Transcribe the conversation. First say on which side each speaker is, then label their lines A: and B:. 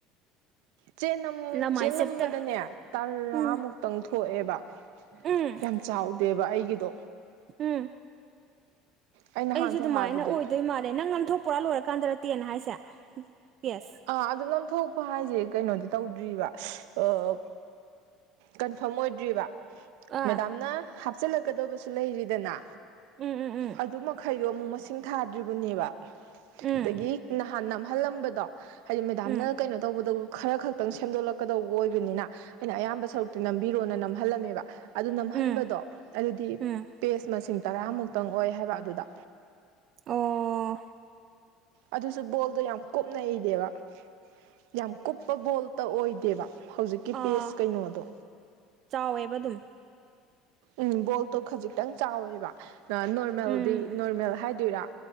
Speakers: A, on the right; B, on the right.
A: ꯆꯦꯅꯝ
B: ꯂꯃꯥꯏ
A: ꯆꯦꯅꯝꯕꯗꯅꯦ
B: ꯆꯦꯞꯇꯔ
A: ꯇꯔꯥꯃꯨꯛꯇꯪ
B: ꯎꯝ
A: ꯊꯣꯛꯑꯦꯕ
B: ꯎꯝ
A: ꯌꯥꯝ ꯆꯥꯎꯗꯦꯕ ꯑꯩꯒꯤꯗꯣ
B: ꯎꯝ
A: ꯑꯩ ꯅꯍꯥꯟꯁꯨ
B: ꯑꯩꯁꯨ ꯑꯗꯨꯃꯥꯏꯅ
A: ꯍꯥꯏꯕꯗꯣ
B: ꯑꯣꯏꯗꯣꯏ ꯃꯥꯜꯂꯦ ꯅꯪ ꯅꯝꯊꯣꯛ ꯄꯨꯔꯥ ꯂꯣꯏꯔꯀꯥꯟꯗꯔ ꯇꯦꯟ ꯍꯥꯏꯁꯦ ꯄꯦꯁ
A: ꯑꯥ ꯑꯗꯨ ꯅꯝꯊꯣꯛꯄ ꯍꯥꯏꯁꯦ ꯀꯩꯅꯣꯗꯤ ꯇꯧꯗ꯭ꯔꯤꯕ ꯑꯥ ꯀꯟꯐꯥꯔꯝ ꯑꯣꯏꯗ꯭ꯔꯤꯕ
B: ꯑꯥ
A: ꯃꯦꯗꯥꯝꯅ ꯍꯥꯞꯆꯤꯜꯂꯛꯀꯗꯕꯁꯨ ꯂꯩꯔꯤꯗꯅ
B: ꯎꯝ ꯎꯝ ꯎꯝ
A: ꯑꯗꯨ ꯃꯈꯩꯗꯣ ꯑꯃꯨꯛ ꯃꯁꯤꯡ ꯊꯥꯗ꯭ꯔꯤꯕꯅꯦꯕ
B: ꯎꯝ
A: ꯑꯗꯒꯤ ꯅꯍꯥꯟ ꯅꯝꯍꯜꯂꯝꯕꯗꯣ ꯍꯥꯏꯗꯤ ꯃꯦꯗꯥꯝꯅ
B: ꯎꯝ
A: ꯀꯩꯅꯣ ꯇꯧꯕꯗ ꯈꯔ ꯈꯛꯇꯪ ꯁꯦꯝꯗꯣꯛꯂꯛꯀꯗꯧꯕ ꯑꯣꯏꯕꯅꯤꯅ ꯑꯩꯅ ꯑꯌꯥꯝꯕ ꯁꯔꯨꯛꯇꯤ ꯅꯝꯕꯤꯔꯣꯅ ꯅꯝꯍꯜꯂꯝꯃꯦꯕ ꯑꯗꯨ ꯅꯝꯍꯟꯕꯗꯣ
B: ꯎꯝ
A: ꯑꯗꯨꯗꯤ
B: ꯎꯝ
A: ꯄꯦꯁ ꯃꯁꯤꯡ ꯇꯔꯥꯃꯨꯛꯇꯪ ꯑꯣꯏ ꯍꯥꯏꯕ ꯑꯗꯨꯗ
B: ꯑꯣꯑꯣ
A: ꯑꯗꯨꯁꯨ ꯕꯣꯜꯗꯣ ꯌꯥꯝ ꯀꯨꯞꯅꯩꯗꯕ ꯌꯥꯝ ꯀꯨꯞꯄ ꯕꯣꯜꯇ ꯑꯣꯏꯗꯦꯕ ꯍꯧꯖꯤꯛꯀꯤ
B: ꯑꯥ
A: ꯄꯦꯁ ꯀꯩꯅꯣꯗꯣ
B: ꯆꯥꯎꯋꯦꯕ ꯑꯗꯨꯝ
A: ꯎ ꯕꯣꯜꯇꯣ ꯈꯖꯤꯛꯇꯪ ꯆꯥꯎꯋꯦꯕ ꯅꯣꯔꯃꯦꯜꯗꯤ
B: ꯎꯝ
A: ꯅꯣꯔꯃꯦꯜ ꯍꯥꯏꯗꯣꯏꯔꯥ